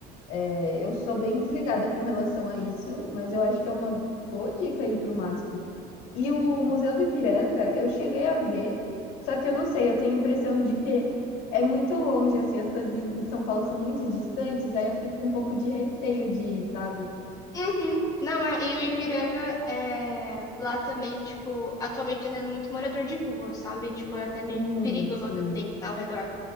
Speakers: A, on the left; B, on the left.
A: É, eu sou bem desligada com relação a isso, mas eu acho que é uma boa dica aí para o MASP. E o Museu do Ipiranga, eu cheguei a ver, só que eu não sei, eu tenho a impressão de que é muito longe, assim, as coisas em em São Paulo são muito distantes, aí eu fico com um pouco de receio de ir, sabe?
B: Uhum. Não, é, e o Ipiranga é, lá também, tipo, atualmente tá tendo muito morador de rua, sabe? Tipo, é até meio
A: Hum,
B: perigoso,
A: sim,
B: assim, ao redor.